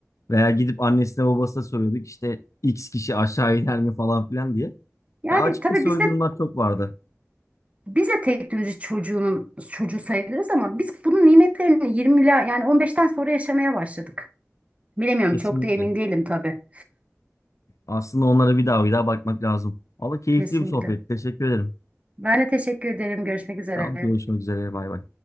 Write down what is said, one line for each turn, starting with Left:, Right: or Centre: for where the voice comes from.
Left: Veya gidip annesine babasına soruyorduk işte X kişi aşağı iner mi falan filan diye.
Right: Yani
Left: Ya açıkçası
Right: tabii bizde
Left: öyle durumlar çok vardı.
Right: Biz de teknoloji çocuğunun çocuğu sayılırız ama biz bunun nimetlerini 20'ler yani 15'ten sonra yaşamaya başladık. Bilemiyorum
Left: Kesinlikle.
Right: çok da emin değilim tabii.
Left: Aslında onlara bir daha bir daha bakmak lazım. Valla keyifli
Right: Kesinlikle.
Left: bir sohbet. Teşekkür ederim.
Right: Ben de teşekkür ederim. Görüşmek üzere.
Left: Tamam görüşmek üzere. Bay bay.